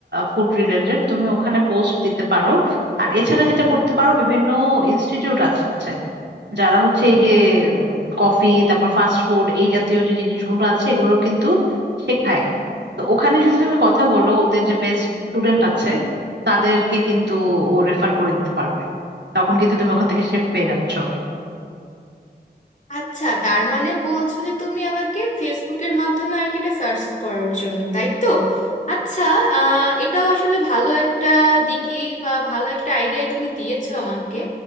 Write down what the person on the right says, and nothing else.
ফুড রিলেটেড তুমি ওখানে পোস্ট দিতে পারো আর এছাড়া যেটা করতে পারো বিভিন্ন ইনস্টিটিউট আছে যারা হচ্ছে এই যে কফি তারপর ফাস্ট ফুড এই জাতীয় যে জিনিসগুলো আছে এগুলো কিন্তু শেখায় তো ওখানে যদি তুমি কথা বলো ওদের যে বেস্ট স্টুডেন্ট আছে তাদেরকে কিন্তু ও রেফার করে দিতে পারবে তখন কিন্তু তুমি ওখান থেকে শেফ পেয়ে যাচ্ছ